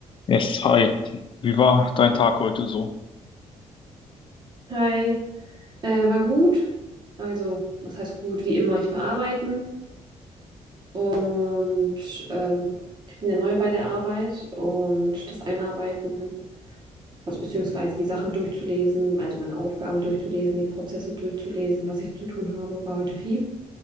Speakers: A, on the left; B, on the right.
A: Yes, hi. Wie war dein Tag heute so?
B: Hi, äh, war gut. Also, was heißt gut? Wie immer, ich war arbeiten und ähm, ich bin ja neu bei der Arbeit und das Einarbeiten, also beziehungsweise die Sachen durchzulesen, also meine Aufgaben durchzulesen, die Prozesse durchzulesen, was ich zu tun habe, war heute viel.